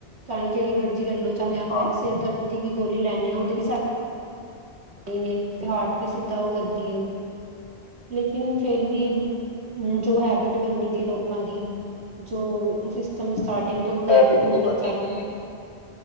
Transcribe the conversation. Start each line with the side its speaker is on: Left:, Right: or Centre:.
Right: ਚਾਹੇ ਜਿਹੜੀ ਮਰਜ਼ੀ ਲੈਲੋ ਚਾਹੇ ਆਪਾਂ
Left: ਹਾਂਜੀ
Right: ਇੱਕ ਸਿਰ ਦਰਦ ਦੀ ਵੀ ਗੋਲੀ ਲੈਂਦੇ ਹਾਂ, ਉਹਦੇ ਵੀ ਸਾਇਡ ਨੇ ਹਾਰਟ ਤੇ ਸਿੱਧਾ ਉਹ ਕਰਦੀ ਹੈ। ਲੇਕਿਨ ਫ਼ੇਰ ਵੀ ਜੋ ਹੈਬਿਟ ਬਨੀ ਤੀ ਲੋਕਾਂ ਦੀ। ਜੋ ਸਿਸਟਮ
Left: ਹਾਂਜੀ
Right: ਸਟਾਰਟਿੰਗ ਤੋਂ ਲੈ
Left: ਹੈਬਿਟ
Right: ਕੇ
Left: ਨਹੀਂ
Right: ਹੁਣ
Left: ਬਣਨੀ
Right: ਤੱਕ ਚੱਲ
Left: ਦੀ
Right: ਰਿਹਾ।